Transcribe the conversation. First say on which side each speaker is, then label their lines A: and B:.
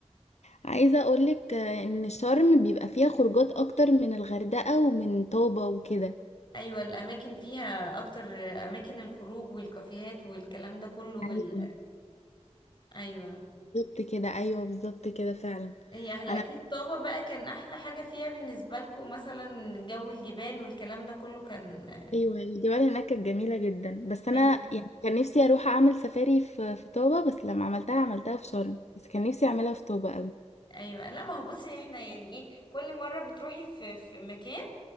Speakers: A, on the left; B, on the left.
A: عايزه اقولك آه، ان شرم بيبقى فيها خروجات اكتر من الغردقه ومن طابه وكده
B: أيوة الأماكن فيها أكتر أماكن الخروج والكافيهات والكلام ده كله وال...
A: ايوه
B: <laughs> أيوة
A: بالظبط كده ايوه بالظبط كده فعلا
B: هي أحلى
A: انا
B: أكيد طابة بقى كان أحلى حاجة فيها بالنسبة لكم مثلا جو الجبال والكلام ده كله كان
A: ايوه الجبال هناك كانت جميله جدا بس انا
B: أيوة
A: يعني كان نفسي اروح اعمل سفاري في في طوبه بس لما عملتها عملتها في شرم بس كان نفسي اعملها في طوبه قوي
B: أيوة لا ما هو بصي احنا يعني إيه كل مرة بتروحي في في مكان